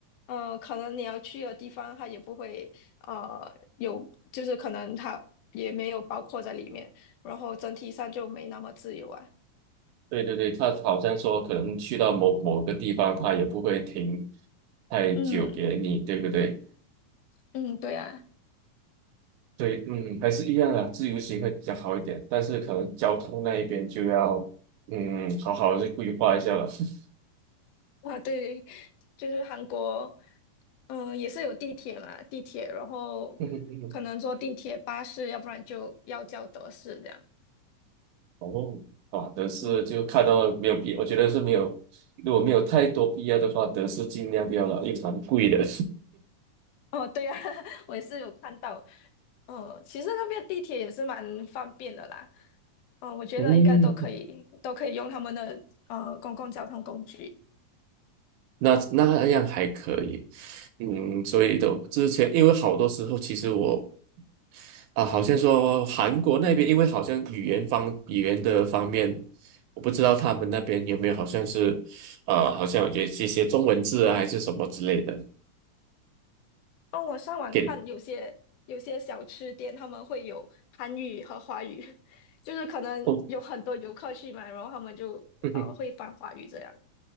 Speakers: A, on the left; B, on the right.
A: 呃，可能你要去的地方它也不会呃有，就是可能它也没有包括在里面，然后整体上就没那么自由啊。
B: 对对对，他好像说可能去到某某个地方，他也不会停太久给你，
A: 嗯
B: 对不对？
A: 嗯，对啊，
B: 对，嗯，还是一样的，自由行会比较好一点，但是可能交通那一边就要，嗯，好好的规划一下了。<laughs>
A: 啊对，就是韩国，嗯、也是有地铁嘛，地铁，然后可能坐地铁、
B: 嗯嗯嗯，
A: 巴士，要不然就要叫德士这样。
B: 哦，啊，德士就看到没有必，
A: 嗯。
B: 我觉得是没有，如果没有太多必要的话，德士尽量不要了，因为蛮贵的。
A: <laughs> 哦，对呀、啊 <laughs> 我也是有看到。哦，其实那边地铁也是蛮方便的啦。哦，我觉得应该都可以，
B: <laughs> 嗯，
A: 都可以用他们的呃公共交通工具。
B: 那那样还可以，嗯，所以都之前因为好多时候其实我啊，好像说韩国那边，因为好像语言方语言的方面，我不知道他们那边有没有好像是，呃，好像有些这些中文字啊，还是什么之类的。
A: 哦，我上网看有些有些小吃店他们会有韩语和华语，
B: 给
A: <laughs> 就是可能有很多游客去买，
B: 哦，
A: 然后他们就呃会翻华语这样。
B: 嗯